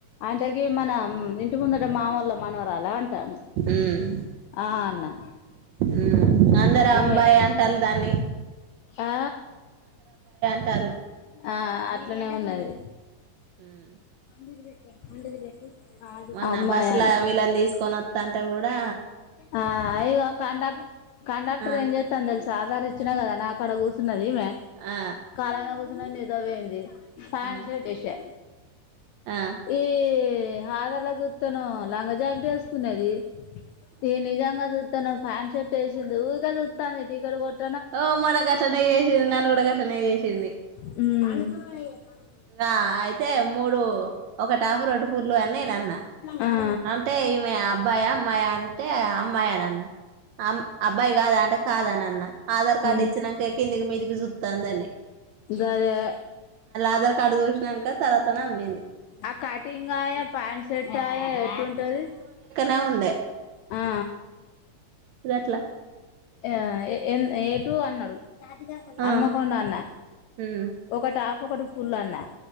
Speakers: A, on the left; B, on the right.
A: అంటేకి మన ఇంటి ముందుట మామూళ మనవరాలా అంటాను
B: ఉమ్
A: ఆ అన్నా
B: ఉమ్ అందరు అమ్మాయి
A: ఏమే
B: అంటాళ్ళు దాన్ని
A: ఆ
B: ట్టలో
A: ఆ అట్లనే ఉన్నది
B: మ్మ్
A: <inaudible>
B: మొన్న
A: అమ్మాయి
B: బస్సుల వీళ్ళని తీసుకొని వత్తాంటే కూడా
A: ఆ అది కాక కండక్ కండక్టర్
B: ఆ
A: ఏం చేస్తాందో తెల్స్ సాధారి ఇచ్చిన కదా నాక్ ఇక్కడ కుర్సున్నది ఈమె
B: ఆ
A: కాళనే కుర్చ్ <unintelligible> నిదరపోయింది ఫాంషర్ట్
B: ఆ
A: వేసా
B: ఆ
A: ఏ ఆధార్ అలా చూస్తాను లాంగ జాకెట్ వేసుకునేది ఏ నిజాంగా చూస్తన్నావ్ ప్యాంట్షర్ట్ స్టేషన్దు ఉకే చుస్తాందు టికెట్ కోట్
B: ఓ మొన గట్టలనే చేసింది నన్ను కూడా గట్టలనే చేసింది
A: ఉ
B: నా అయిత్ తే మూడు ఒకట్ ఠప్పు రోడ్డు పూలు అని నేఅన్న
A: ఆ
B: అంటే ఇమె అబ్బాయా మాయాన్ అంటే అమ్మాయి అని అన్నా అం అబ్బాయి కాదా అంటే కాదానన్నా ఆధార్ కార్డు
A: ఉమ్
B: ఇచ్చినాక కిందికి మీదికి చుతాందన్ని
A: గాదే
B: ఆధార్ కార్డు చూసినాక తర్వాతనే అమ్మింది
A: ఆ కటింగ్ ఆయా ప్యాంట్ షర్ట్ ఆయా ఎట్ంటది
B: నా ఉండే
A: ఆ
B: అదేట్ల
A: ఆ ఏటు అన్నాడు
B: ఆ
A: అన్మకొండ అన్న
B: హ్మ్
A: ఒకటాప్ ఒకటి ఫుల్ అన్న